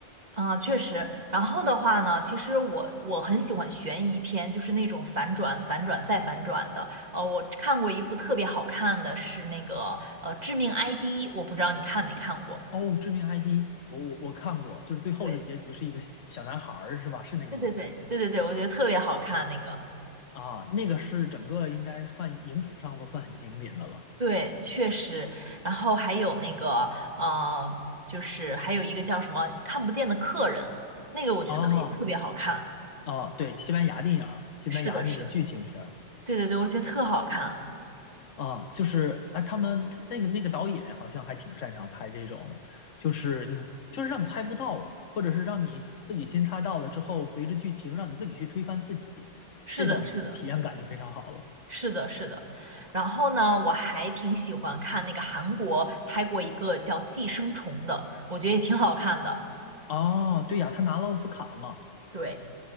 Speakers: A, on the right (about 35°); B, on the left (about 80°).
A: 啊，确实。然后的话呢，其实我我很喜欢悬疑片，就是那种反转、反转再反转的。呃，我看过一部特别好看的是那个呃《致命 ID》，我不知道你看没看过。
B: 哦，《致命 ID》我我我看过，就是最后的结局是一个小小男孩儿是吧？
A: 对。
B: 是那个吗？
A: 对对对对对对，我觉得特别好看那个，
B: 啊，那个是整个应该算影史上都算很经典的了。
A: 对，确实。然后还有那个，呃，就是还有一个叫什么“看不见的客人”，那个我觉得也特别好看。
B: 啊啊，对，西班牙电影儿，西班牙那种剧情片儿。
A: 是的，是的，对对对，我觉得特好看。
B: 啊，就是哎，他们那个那个导演好像还挺擅长拍这种的，就是你就是让你猜不到，或者是让你自己先猜到了之后，随着剧情让你自己去推翻自己，
A: 是的，
B: 这种体验感就非常好了。
A: 是的，是的，是的。然后呢，我还挺喜欢看那个韩国拍过一个叫《寄生虫》的，我觉得也挺好看的。
B: 哦，对呀，他拿了奥斯卡嘛，
A: 对，